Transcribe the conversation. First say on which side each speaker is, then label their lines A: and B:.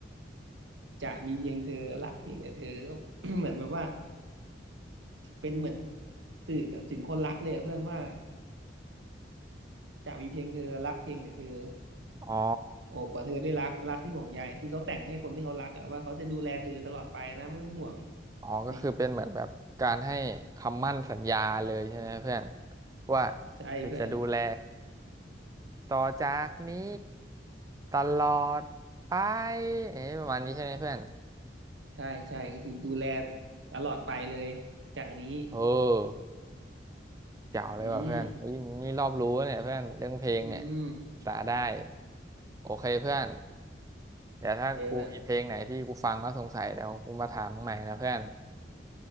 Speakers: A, on the right (about 85°); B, on the right (about 20°).
A: จะมีเพียงเธอรักเพียงแต่เธอ <coughs> ก็ <clears throat> เหมือนแบบว่าเป็นเหมือนสื่อกับถึงคนรักเลยอะเพื่อนว่าจะมีเพียงเธอรักเพียงแต่เธอ
B: อ๋อ
A: โอบกว่าเธอได้รักรักที่ห่วงใยคือเขาแต่งให้คนที่เขารักอะว่าเขาจะดูแลเธอตลอดไปนะไม่ต้องห่วง
B: อ๋อก็คือเป็นเหมือนแบบการให้คำมั่นสัญญาเลยใช่ไหมเพื่อน
A: นี่
B: ว่า
A: ใช่เพื่อน
B: จะดูแลต่อจากนี้ตลอดไปเอ๊ะประมาณนี้ใช่ไหมเพื่อน
A: ใช่ใช่ก็คือดูแลตลอดไปเลยจากนี้
B: เออเจ๋วเลยว่ะเพื่อนเฮ้ยนี่รอบรู้เนี่ยเพื่อนเรื่องเพลงเนี่ย
A: อืมอืม
B: สาได้โอเคเพื่อนเดี๋ยวถ้ากูมีเพลงไหนที่กูฟังแล้วสงสัยเดี๋ยวกูมาถามมึงใหม่นะเพื่อน
A: โอเคเพื่อน